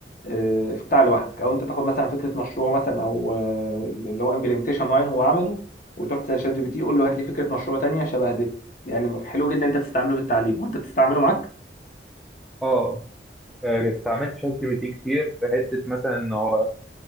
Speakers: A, on the left; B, in the centre.
A: آه، افتح لوحدك او انت تاخد مثلا فكره مشروع مثلا او آه، اللي هو امبلمنتيشن معين هو عمله وتروح تسال شات جي بي تي قول له هات لي فكره مشروع تانية شبه دي يعني حلو جدا انت تستعمله في التعليم وانت بتستعمله معاك
B: اه آه، استعملت شات جي بي تي كتير في حته مثلا ان هو